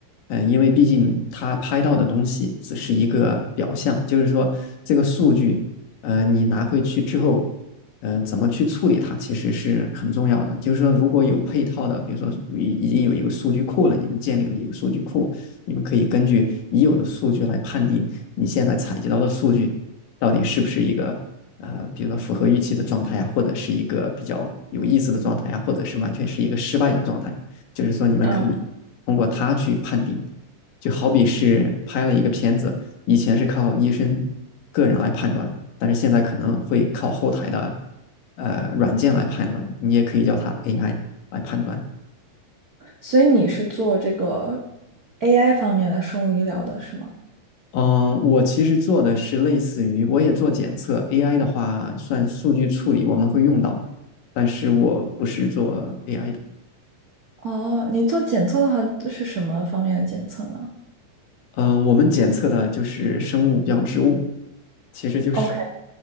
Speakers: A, on the left; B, on the right.
A: 呃，因为毕竟它拍到的东西只是一个表象，就是说这个数据，呃，你拿回去之后。呃，怎么去处理它，其实是很重要的。就是说，如果有配套的，比如说已已经有一个数据库了，你们建立了一个数据库，你们可以根据已有的数据来判定你现在采集到的数据到底是不是一个呃，比如说符合预期的状态呀，或者是一个比较有意思的状态呀，或者是完全是一个失败的状态。就是说，你们可以通过它去判定，
B: 嗯，
A: 就好比是拍了一个片子，以前是靠医生个人来判断，但是现在可能会靠后台的呃软件来判断，你也可以叫它 AI 来判断。
B: 所以你是做这个 AI 方面的生物医疗的是吗？
A: 嗯，我其实做的是类似于，我也做检测，AI 的话算数据处理，我们会用到，但是我不是做 AI 的。
B: 哦，你做检测的话是什么方面的检测呢
A: 嗯，我们检测的就是生物标志物，其实就是
B: ？OK，